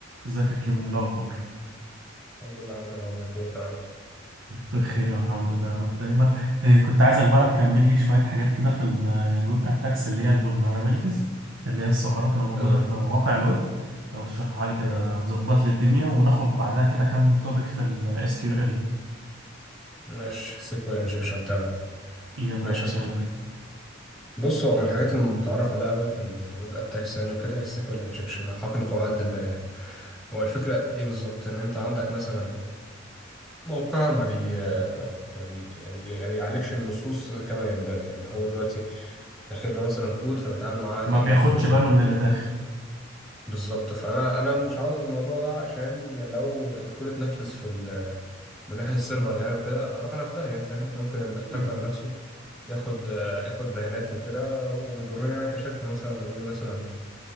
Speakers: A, on the right (about 75°); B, in the centre.
A: ازيك يا كيمو ايه الاخبار
B: الحمد لله يا عمنا والله كله تمام
A: بخير الحمد لله يا رب دايما إيه كنت عايزك بقى تكمل لي شويه حاجات كده في ال- الويب اتاكس اللي هي الفولنربيلتيز اللي هي الثغرات اللي موجوده
B: تمام
A: في مواقع الويب لو تشرحها لي كده
B: تمام
A: وتظبط لي الدنيا وناخد بعدها كده كام توبيك في الاس كيو ال
B: ماشي سيكوال انجكشن تمام
A: يلا
B: ماشي
A: يا باشا
B: يا صديقي
A: يلا بينا
B: بص هو من الحاجات المتعارف عليها قوي في الويب اتاكس يعني وكده السيكوال انجكشن حقن قواعد البيانات هو الفكره ايه بالظبط ان انت عندك مثلا موقع ما بي ما بي يعني بي ما بيعالجش النصوص كما ينبغي يعني هو دلوقتي داخل له مثلا كود فبيتعامل معاه
A: ما
B: كانه
A: بياخدش
B: كود
A: باله من اللي داخل
B: بالظبط فانا انا مش عاوز الموضوع ده عشان لو الكود اتنفذ في ال- من ناحيه السيرفر يعني وكده هروح انا في داهيه فاهم ممكن الاتاكر
A: مهم.
B: نفسه ياخد ياخد بيانات وكده ويضرني انا كشركه مثلا يعمل لي مثلا